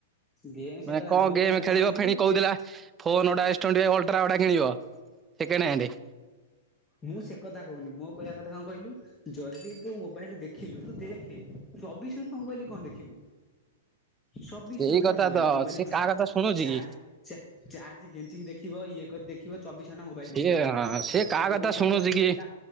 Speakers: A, on the left; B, on the right.
A: ଗେମ୍ ସେ
B: ମାନେ
A: କଥା
B: କଣ
A: ନୁହଁ ମୋ
B: ଗେମ୍
A: କହିବା କଥା
B: ଖେଳିବ
A: କଣ କହିଲୁ
B: ଫେଣି କହୁଥିଲା। ଫୋନ୍ଟା ଏଷ୍ଟେ ଅଲଟ୍ରା ଗୋଟେ କିଣିବ ସେକେଣ୍ଡ ହେଣ୍ଡ।
A: ମୁଁ ସେ କଥା କହୁନି ମୋ କହିବା କଥା କଣ କହିଲୁ ଯଦି ତୁ ମୋବାଇଲ ଦେଖିଲୁ ତୁ ଦେଖେ। ଚବିଶ ଘଣ୍ଟା ମୋବାଇଲ କଣ ଦେଖିବୁ। ଚବିଶ
B: ସେଇ
A: ଘଣ୍ଟା
B: କଥା
A: ମୋବାଇଲ
B: ତ
A: ମୋବାଇଲ
B: ସେ
A: ଚାର୍ଜ।
B: କାହା କଥା ଶୁଣୁଛି
A: ଚାର୍ଜ।
B: କି
A: ଚାର୍ଜ କେଞ୍ଚିକି ଦେଖିବ ଇଏ କରି ଦେଖିବ ଚବିଶ ଘଣ୍ଟା ମୋବାଇଲ
B: ସିଏ
A: ଦେଖିଲା ତା
B: ସେ
A: ଘରେ
B: କାହା
A: ତା ବୋଉ।
B: କଥା
A: ଫୋଉ
B: ଶୁଣୁଛି
A: କହିଲେ
B: କି
A: ବି କା